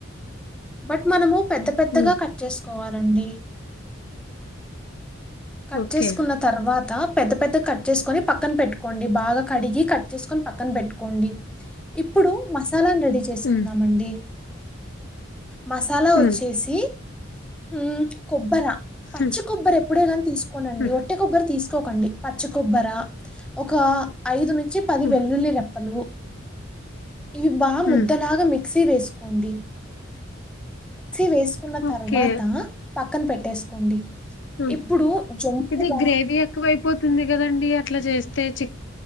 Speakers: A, in the centre; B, on the left.
A: బట్ మనము పెద్ద పెద్దగా
B: ఉమ్
A: కట్ చేసుకోవాలి. రండి కట్
B: ఓకే
A: చేసుకున్న తర్వాత పెద్ద పెద్ద కట్ చేసుకొని పక్కన పెట్టుకోండి. బాగా కడిగి కట్ చేసుకొని పక్కన పెట్టుకోండి ఇప్పుడు మ మసలా రెడీ చేసుకుందామండి.
B: ఉమ్
A: మసాలా వచ్చేసి
B: ఉమ్
A: హు కొబ్బర పచ్చి
B: ఉమ్
A: కొబ్బరి ఎప్పుడైనా నండి
B: ఉమ్
A: ఒటే కొబ తీసుకోకండి పచ్చ కొబర ఒక ఐదు ను వచ్చి పది
B: ఉమ్
A: వెల్లుల్లి రెప్పలు ఇవ్వా ముద్దలగా
B: ఉమ్,
A: మి మిక్సీ వేసుకోండి వేసుకున్న
B: ఓకే
A: తర్వాత పక్కన పెట్టేసుకోండి
B: హ
A: ఇప్పుడు జొంపుగా
B: ఇది గ్రేవీ ఎక్కువ అయిపోతుంది కదండి అట్లా చేస్తే చి